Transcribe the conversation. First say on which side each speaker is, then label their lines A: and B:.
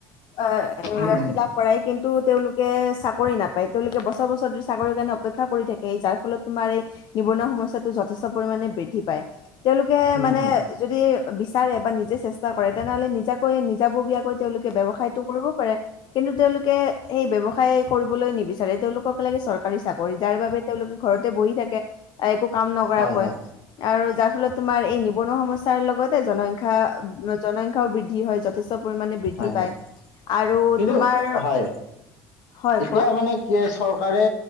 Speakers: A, on the left; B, on the left.
A: এ
B: উম
A: ফিলাব কৰাই কিন্তু তেওঁলোকে কে চাকৰি নাপায় তেওঁলোকে বছৰ বছৰ চাকৰিৰ কাৰণে অপেক্ষা কৰি থাকে যাৰ ফলত তোমাৰ এই নিবনুৱা সমস্যাটো যথেষ্ট পৰিমানে মানে বৃদ্ধি পায়। তেওঁলোকে
B: উম
A: মানে
B: উম উম
A: যদি বিচাৰে নিজে চেচ ষ্টা তেনেহলে নিজাকৈ নিজাববীয়াকৈ তেওঁলোকে ব্যৱসায়তটো কৰিব পাৰে কিন্তু তেওঁলোকে সেই ব্যৱ- ব্যৱসায় কৰিবলৈ নিবিচাৰে তেওঁলোকক লাগে চৰকাৰী চাকৰি যাৰ বাবে তেওঁলোক ঘৰতে বহি থাকে একো কাম নকৰাকৈ
B: হয় হয়
A: আৰু যাৰ ফলত তোমাৰ এই নিবনুৱা সমস্যা তাৰ লগতে জনসংখ্যা জনসংখ্যাও বৃদ্ধি হয় যথেষ্ট যথেষ্ট পৰিমাণে বৃদ্ধি
B: হয় হয়
A: পায় আৰু
B: কিন্তু
A: তোমাৰ
B: হয়
A: হয়
B: এতিয়া
A: কোৱা
B: মানে কি চৰকাৰে